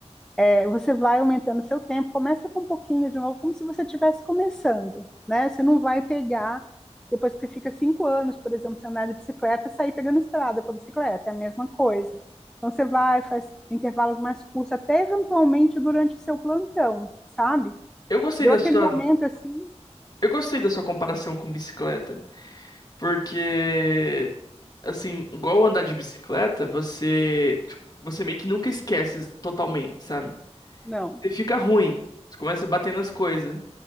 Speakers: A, in the centre; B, on the left (about 35°).
A: é, você vai aumentando o seu tempo. Começa com um pouquinho de novo, como se você estivesse começando, né? Você não vai pegar depois que você fica cinco anos, por exemplo, sem andar de bicicleta, sair pegando estrada com a bicicleta, é a mesma coisa. Então você vai, faz intervalos mais curtos, até eventualmente durante o seu plantão, sabe?
B: Eu gostei
A: Deu
B: da
A: aquele
B: sua,
A: momento assim,
B: eu gostei da sua comparação com bicicleta, porque assim, igual andar de bicicleta, você, tipo, você meio que nunca esquece totalmente, sabe?
A: não.
B: Você fica ruim, você começa a bater nas coisas,